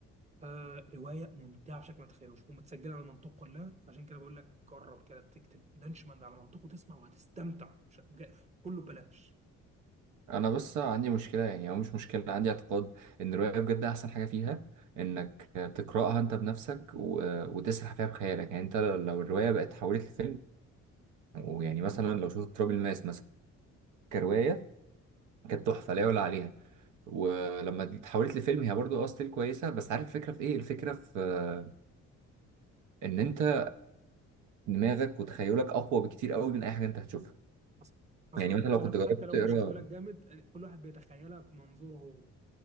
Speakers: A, on the right (about 25°); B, on the right (about 85°).
A: فروايه ممتعه بشكل ما تتخيلوش ومتسجله على المنطق كلها فعشان كده بقول لك جرب كده تكتب دانشمان على منطقه تسمع وهتستمتع مش جا- كله ببلاش
B: انا بس عندي مشكله يعني او مش مشكله عندي اعتقاد ان الروايه بجد احسن حاجه فيها انك تقراها انت بنفسك و... وتسرح فيها بخيالك يعني انت لو الروايه بقت اتحولت لفيلم ويعني مثلا لو شفت تراب الماس مثلا كروايه كانت تحفه لا يعلى عليها ولما دي اتحولت لفيلم هي برضو اصل كويسه بس عارف الفكره في ايه الفكره في آه، ان انت دماغك وتخيلك اقوى بكتير قوي من اي حاجه انت هتشوفها
A: حصل حصل.
B: يعني
A: حتى
B: مثلا لو
A: لو
B: كنت جربت
A: حتى لو
B: تقرا
A: مش هقول لك جامد كل واحد بيتخيلها بمنظوره هو